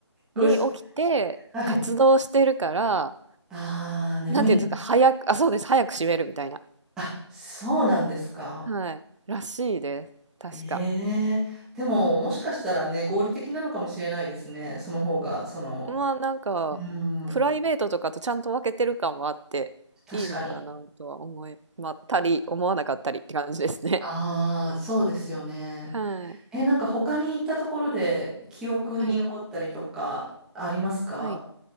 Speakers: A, in the centre; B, on the right (about 85°).
A: 5時。
B: に起きて活動してるから、
A: はい。ああ、眠いんだ。
B: なんていうんですか、早く、あ、そうです。早く閉めるみたいな。
A: あ、そうなんですか。
B: はい。らしいです。
A: ええでも、
B: 確か。
A: もしかしたらね、合理的なのかもしれないですね。その方が、その、
B: まあなんか、
A: うん、
B: プライベートとかとちゃんと分けてる感はあって、
A: 確かに。
B: いいのかなとは思いまったり、思わなかったりって感じですね。
A: ああ、そうですよね。
B: <laughs> はい。
A: え、なんか他に行ったところで記憶に残ったりとかありますか
B: はい。はい。